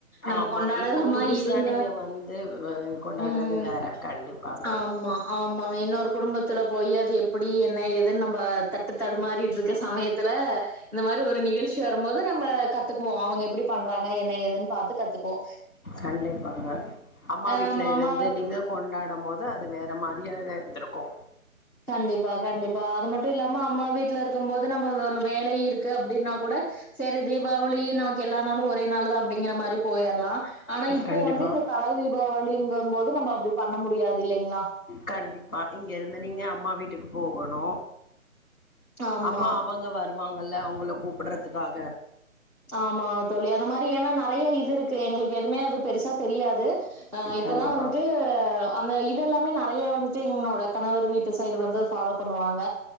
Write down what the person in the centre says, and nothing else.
நம்ம
கொண்டாடாம
இருந்த
ம்
ஆமா, ஆமாங்க. இன்னொரு குடும்பத்துல போய் அது எப்படி என்ன ஏது. துன்னு நம்ம தட்டு தடுமாறிட்டுருக்க சமயத்துல. இந்த மாரி ஒரு நிகழ்ச்சி வரும்போது நம்ம கத்துக்குவோ அவங்க எப்டி பண்றாங்க என்ன ஏதுன்னு பாத்து கத்துக்குவோ.
நம்ம அம்மா
கண்டிப்பா கண்டிப்பா அது மட்டும் இல்லாம. அம்மா வீட்டுல இருக்கும்போது நம்ம ஒரு வேல இருக்கு அப்டின்னா கூட சேரி தீபாவளி நமக்கு எல்லா நாளும் ஒரே நாளுதா அப்டிங்கிற மாரி போயிரலா. ஆனா இப்போ
வந்து இந்த தல தீபாவளிங்கும் போ. நம்ம அப்டி பண்ண முடியாது இல்லைங்களா.
ஆமா.
ஆமாங்க தோழி அந்த மாரி ஆன நறைய இது இருக்கு எங்களுக்கு எதுவுமே அது பெருசா தெரியாது. அஹ இப்பதா
வந்துட்டு அந்த இது எல்லாமே நறைய வந்துட்டு என்ங்களோட. கணவர் வீட்டு சைடு வந்து ஃபாலோ பண்ணுவாங்க.